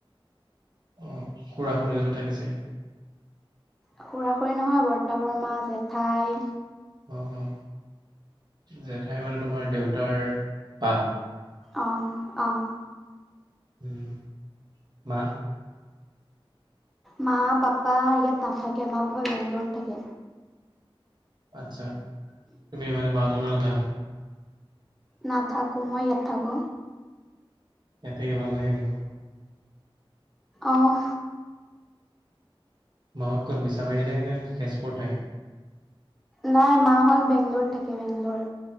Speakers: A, on the right; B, in the centre.
A: অ খুৰা খৰিয়তো থাকেছে
B: খুৰা খুৰী নহয় বৰ্ত বৰমা জেঠাই
A: অ, অ, জেঠাইৰ মানে তোমাৰ দেউতাৰ বা?
B: আহ, আহ।
A: উম মা
B: মা পাপা ইয়াত নাথাকে মা পাপা বেংগলত থাকে।
A: আচ্ছা তুমি ইমানে মা হঁতৰ লগত নাথাকা?
B: নাথাকো মই ইয়াত থাকো।
A: ইয়াতে ভাল লাগে নেকি?
B: আহ।
A: মাহত ক'ত মিছামাৰি থাকে নে তেজপুৰ থাকে?
B: নাই মাহত বেংগলত থাকে বেংগলৰ।